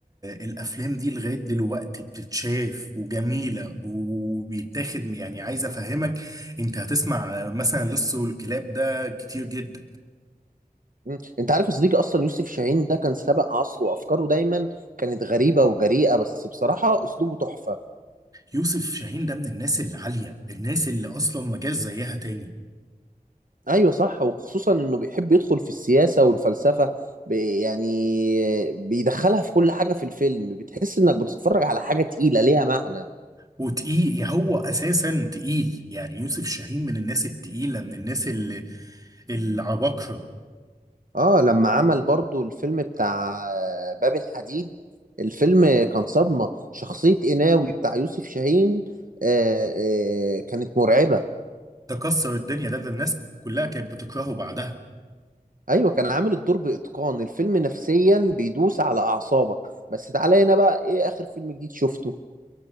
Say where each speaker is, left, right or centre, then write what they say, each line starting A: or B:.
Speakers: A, on the right; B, on the right.
A: الافلام دي لغايه دلوقتي بتتشاف وجميله وبيتاخد يعني عايز افهمك انت هتسمع آه، مثلا لص والكلاب ده كتير جدا
B: مم. انت عارف يا صديقي اصلا يوسف شاهين ده كان سابق عصره وافكاره دايما كانت غريبة وجريئة بس بصراحة اسلوبه تحفة
A: يوسف شاهين ده من الناس العاليه الناس اللي اصلا ما جاش زيها تاني
B: ايوه صح وخصوصا انه بيحب يدخل في السياسة والفلسفة ب- يعني بيدخلها في كل حاجة في الفيلم بتحس انك بتتفرج على حاجة تقيلة ليها معنى
A: وتقيل يعني هو اساسا تقيل يعني يوسف شاهين من الناس التقيله من الناس اللي العباقره
B: اه لما عمل برضو الفيلم بتاع باب الحديد الفيلم كان صدمة شخصية قناوي بتاع يوسف شاهين آه آه كانت مرعبة
A: تكسر الدنيا ده, ده الناس كلها كانت بتكرهه بعدها
B: ايوه كان عامل الدور باتقان الفيلم نفسيا بيدوس على اعصابك بس تعالى هنا بقى ايه اخر فيلم جديد شفته